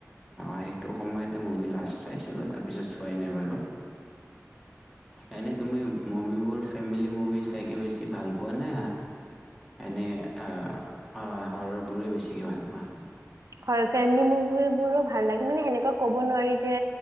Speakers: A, in the centre; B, on the right.
A: সেইটো সময়তে মুভি লাষ্ট চাইছিলোঁ তাৰ পিছত চোৱাই নাই বাৰু, এনে তুমি মুভিবোৰ ফেমিলি মুভি চাইকে বেছি ভাল পোৱা নে এনেই অ হৰৰবোৰ বেছিকৈ ভাল পোৱা
B: হয় ফেমিলি মুভিবোৰো ভাল লাগে মানে সেনেকুৱা কব কব নোৱাৰি যে